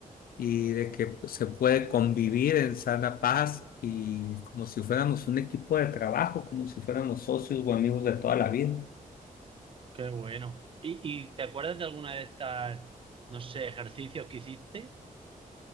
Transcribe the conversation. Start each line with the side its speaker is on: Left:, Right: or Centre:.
Left: y de que se puede convivir en sana paz y como si fuéramos un equipo de trabajo, como si fuéramos socios o amigos de toda la vida.
Right: qué bueno. ¿Y, y te acuerdas de alguna de estas, no sé, ejercicios que hicisteis